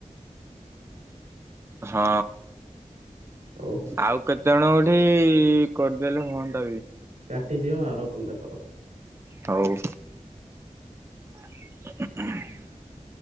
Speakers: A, on the right; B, on the right.
A: ହଁ।
B: ହଉ
A: ଆଉ କେତେ ଜଣ? ଏଠି କରିଦେଲେ ହୁଅନ୍ତା ବି
B: କାଟି ଦିଅ ଆର କଲଟା କର
A: ହୋଉ <inaudible>